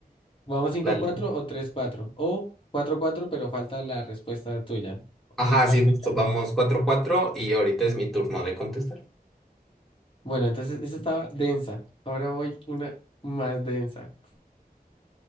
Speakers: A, on the left; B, in the centre.
A: Vamos cinco
B: Dale.
A: cuatro o tres cuatro O cuatro cuatro pero falta la respuesta tuya.
B: Ajá,
A: Es la
B: sí,
A: única.
B: justo. Vamos 4 a 4 y ahorita es mi turno de contestar.
A: Bueno, entonces esa estaba densa. Ahora voy una más densa.